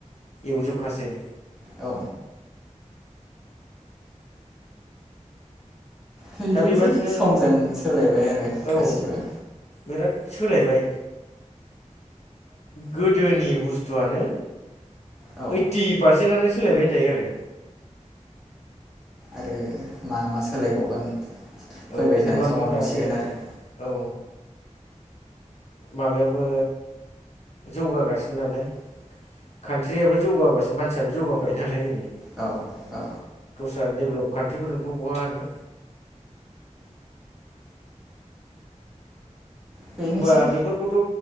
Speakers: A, on the left (about 55°); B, in the centre.
A: एवजोबखासै
B: औ बिदिनोसै
A: दा बेबादिनो
B: समजों सोलायबाय आरो
A: औ
B: गासिबो
A: बिराद सोलायबाय गोदोनि बसतुवानो
B: औ
A: ओइति पारसेनानो सोलायबाय होनजायो आरो
B: आरो मा मा सोलायबावगोन
A: औ
B: फैबाय
A: नुलांगोन
B: थानाय समाव नुसिगोन
A: दासो
B: आरो
A: औ माबायाबो जौगागासिनो नालाय कान्ट्रियाबो जौगाबासो मानसियाबो जौगाफायो नालाय ओरै
B: औ औ
A: आसा डेभेलप कान्ट्रिफोरजोंथ' बहा हानो
B: बेनोसै
A: होमबा बेफोरखौथ'